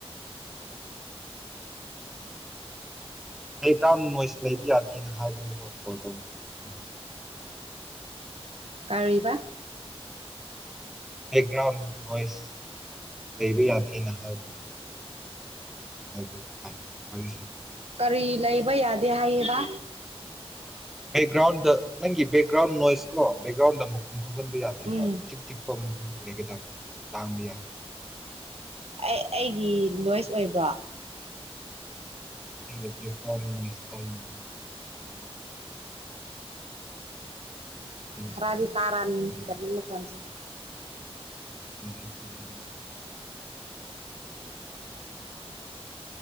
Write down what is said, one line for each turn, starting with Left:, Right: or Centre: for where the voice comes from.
Centre: ꯕꯦꯛꯒ꯭ꯔꯥꯎꯟ ꯅꯣꯏꯁ ꯂꯩꯕ ꯌꯥꯗꯦꯅ ꯍꯥꯏꯕꯅꯤ ꯀꯣ ꯀꯣꯜ ꯇꯧꯕ ꯀꯥꯟꯗ
Right: ꯀꯔꯤꯕ
Centre: ꯕꯦꯛꯒ꯭ꯔꯥꯎꯟ ꯅꯣꯏꯁ ꯂꯩꯕ ꯌꯥꯗꯦꯅ ꯍꯥꯏꯕꯅꯦ <unintelligible>
Right: ꯀꯔꯤ ꯂꯩꯕ ꯌꯥꯗꯦ ꯍꯥꯏꯌꯦꯕ
Centre: ꯕꯦꯛꯒ꯭ꯔꯥꯎꯟꯗ ꯅꯪꯒꯤ ꯕꯦꯛꯒ꯭ꯔꯥꯎꯟ ꯅꯣꯏꯁ ꯀꯣ ꯕꯦꯛꯒ꯭ꯔꯥꯎꯟꯗ ꯑꯃꯨꯛ ꯊꯣꯛꯍꯟꯕ ꯌꯥꯗꯦꯕ
Right: ꯎꯝ
Centre: ꯏ ꯆꯤꯛ ꯆꯤꯛꯄ ꯃꯐꯝꯗ ꯂꯩꯒꯗꯕꯅꯦꯕ ꯂꯥꯡꯕ ꯌꯥꯗꯦꯕ
Right: ꯑꯩꯒꯤ ꯅꯣꯏꯁ ꯑꯣꯏꯕ꯭ꯔꯣ
Centre: <unintelligible> ꯔꯤꯖꯦꯛ
Right: ꯈꯔꯗꯤ ꯇꯔꯥꯅꯤ ꯒꯔꯤ
Centre: ꯆꯠꯂꯦ
Right: ꯃꯈꯣꯟꯁꯦ
Centre: <unintelligible>